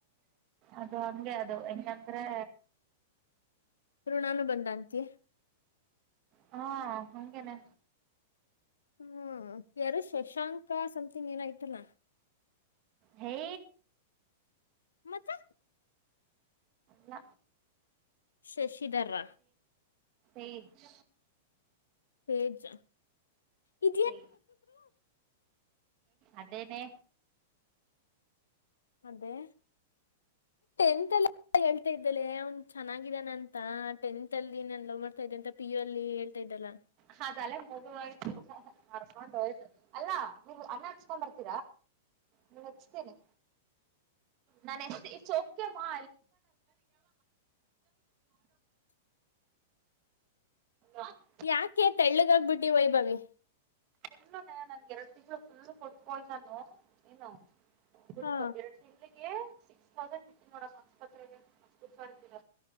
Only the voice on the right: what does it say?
ಅದು ಹಂಗೆ ಅದು ಹೆಂಗಂದ್ರೆ
ಹಾ ಹಂಗೇನೆ
ಹೇ
ಅಲ್ಲ
ಎಚ್
ಏ ಅದೇನೇ
ಹದ ಅಲ್ಲ ಮುಗಯ್ರ್ಕೊಂಡ್ ಹೋಯ್ತು ಅಲ್ಲಾ ನೀವು ಅನ್ನ ಹಚ್ಕೊಂಡ್ ಬರ್ತ ನೀ ಹಚ್ತೇನೆ ನಾನ ಎಸ್ ಇಟ್ಸ್ ಓಕೆ ಮಾ ಅ <unintelligible> <inaudible>
ಇನ್ನು ನಂಗೆ ಎರಡು ದಿವ್ಸ ಫುಲ್ ಕೊಟ್ಟಬೋಯ್ದನು ಇನ್ನು ಫುಲ್ಲು
ಎರಡ್ ತಿಂಗ್ಳಿಗೆ ಸಿಕ್ಸ್ ತೌಸಂಡ್ ಇಟ್ಟನ ನೋಡಮ್ ಆಸ್ಪತ್ರೆಗೆ ಅ ಕುಡ್ಸತೀರ